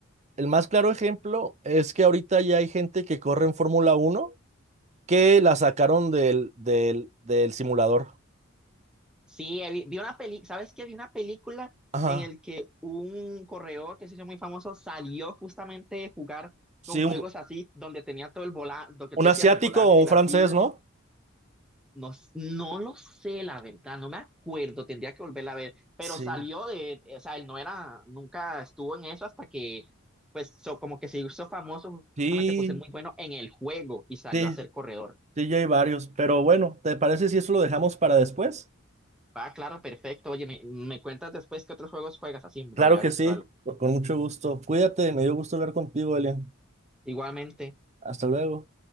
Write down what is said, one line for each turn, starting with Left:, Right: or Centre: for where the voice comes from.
Right: el más claro ejemplo es que ahorita ya hay gente que corre en Fórmula Uno que la sacaron del, del, del simulador.
Centre: Sí, he vi, vi una peli, ¿sabes qué? Vi una película
Right: Ajá.
Centre: en el que un corredor que se hizo muy famoso salió justamente de jugar
Right: Sí,
Centre: con juegos
Right: un,
Centre: así, donde tenía todo el volante, lo que
Right: un
Centre: tú decías,
Right: asiático
Centre: el volante
Right: o un
Centre: y la
Right: francés,
Centre: silla
Right: ¿no?
Centre: No, s- no lo sé, la verdad, no me acuerdo, tendría que volverla a ver, pero
Right: Sí,
Centre: salió de, eh, o sea, él no era, nunca estuvo en eso hasta que, pues, so- como que se hizo famoso
Right: sí,
Centre: justamente por ser muy bueno en el juego y salió
Right: sí,
Centre: a ser corredor.
Right: sí, ya hay varios. Pero bueno, ¿te parece si eso lo dejamos para después?
Centre: Va, claro, perfecto. Oye, me, me cuentas después qué otros juegos juegas así en
Right: Claro
Centre: realidad
Right: que
Centre: virtual.
Right: sí, con con mucho gusto. Cuídate, me dio gusto hablar contigo, Elian.
Centre: Igualmente.
Right: Hasta luego.